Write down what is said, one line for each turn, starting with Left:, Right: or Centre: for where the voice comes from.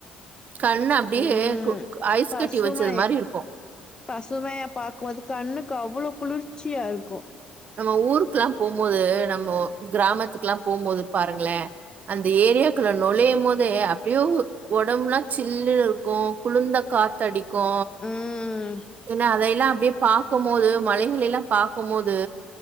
Right: கண்ண அப்டியே
Left: ம்
Right: குக் ஐஸ்
Left: பசுமை
Right: கட்டி வச்சது மாரி இருக்கு
Left: பசுமையா பாக்கும்போது கண்ணுக்கு அவ்வளோ குளுர்ச்சியா இருக்கு
Right: நம்ம ஊருக்லா போம் போது நம்மோ கிராமத்துக்லா போம் போது பாருங்ளே அந்த ஏரியாக் குள்ள நொழையும் மோதே அப்டியோவ் ஒடம்லா சில்லுனு இருக்கு குளுர்ந்த காத் தடிக்கூ
Left: ம்
Right: என்ன அதையெல்லா அப்டியே பாக்கம்மோது மலைகளைலா பாக்கம்மோ து